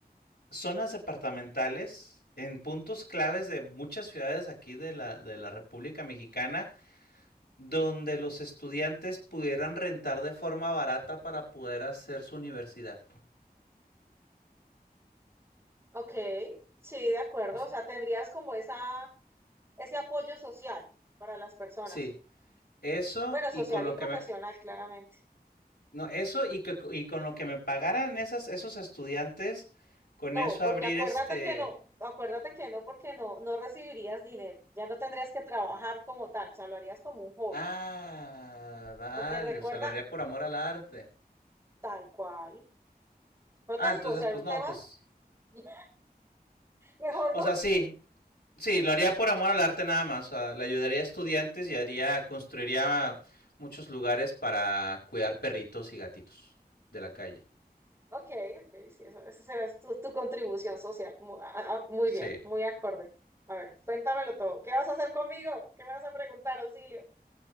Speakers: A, on the left; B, on the right.
A: zonas departamentales en puntos claves de muchas ciudades aquí de la, de la República Mexicana, donde los estudiantes pudieran rentar de forma barata para poder hacer su universidad.
B: Ok, sí, de acuerdo.
A: O sea,
B: O sea, tendrías como esa, ese apoyo social para las personas.
A: sí, eso
B: Bueno, social
A: y con lo
B: y profesional,
A: que me,
B: claramente.
A: No, eso y, que- y con lo que me pagaran esas, esos estudiantes, con
B: No,
A: eso
B: porque
A: abrir
B: acuérdate
A: este...
B: que no, acuérdate que no, porque no, no recibirías dinero, ya no tendrías que trabajar como tal, o sea, lo harías como un hobby,
A: Ah, vale,
B: porque recuerda
A: o sea, lo haría por amor al arte.
B: tal cual. No
A: Ah,
B: te
A: entonces,
B: digo, o sea,
A: pues
B: era un
A: no,
B: tema,
A: pues...
B: <laughs> mejor
A: O
B: no.
A: sea, sí, sí, lo haría por amor al arte nada más. O sea, le ayudaría a estudiantes y haría, construiría muchos lugares para cuidar perritos y gatitos de la calle.
B: Ok, ok, sí, esa, esa será tu, tu contribución social. Mu- a- a- Muy,
A: Sí.
B: bien, muy acorde. A ver, cuéntamelo todo. ¿Qué vas a hacer conmigo? ¿Qué me vas a preguntar, auxilio?